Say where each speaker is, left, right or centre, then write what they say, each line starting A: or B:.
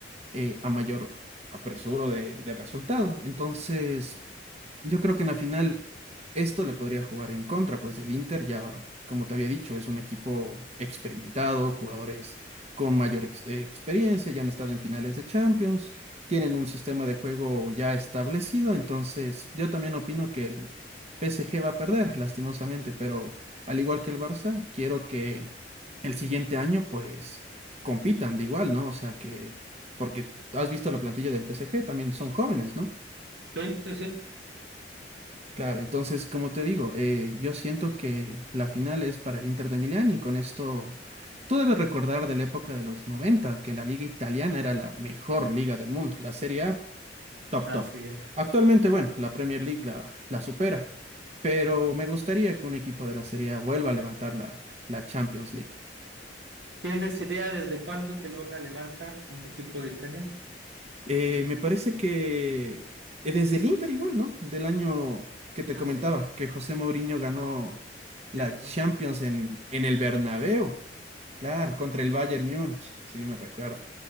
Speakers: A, on the right (about 35°); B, on the right (about 70°).
A: eh, a mayor apresuro de, de resultado. Entonces, yo creo que en la final esto le podría jugar en contra, pues el Inter ya, como te había dicho, es un equipo experimentado, jugadores con mayor ex- eh, experiencia, ya han estado en finales de Champions, tienen un sistema de juego ya establecido, entonces yo también opino que el PSG va a perder, lastimosamente, pero al igual que el Barça, quiero que el siguiente año pues compitan de igual, ¿no? O sea que, porque has visto la plantilla del PSG, también son jóvenes, ¿no?
B: Sí, sí, sí.
A: Claro, entonces, como te digo, eh, yo siento que la final es para el Inter de Milán y con esto tú debes recordar de la época de los 90 que la liga italiana era la mejor liga del mundo, la Serie A, top,
B: Así
A: top.
B: es.
A: Actualmente, bueno, la Premier League la, la supera, pero me gustaría que un equipo de la Serie A vuelva a levantar la, la Champions League.
B: ¿Tienes idea desde cuándo que no la levanta un equipo de Italia?
A: Eh, me parece que eh, desde el Inter igual, ¿no? Del año que te
B: Ah,
A: comentaba,
B: sí,
A: que José Mourinho ganó
B: cierto.
A: la Champions en, en el Bernabéu. Claro, contra el Bayern Múnich. Sí, me recuerdo.